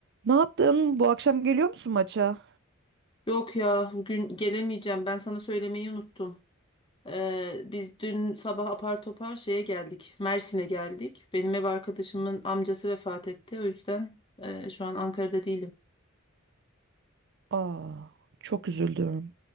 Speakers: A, on the right; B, on the left.
A: Ne yaptın? Bu akşam geliyor musun maça?
B: Yok ya bugün gelemeyeceğim. Ben sana söylemeyi unuttum. Ee, biz dün sabah apar topar şeye geldik. Mersin'e geldik. Benim ev arkadaşımın amcası vefat etti. O yüzden e, şu an Ankara'da değilim.
A: Aa, çok üzüldüm.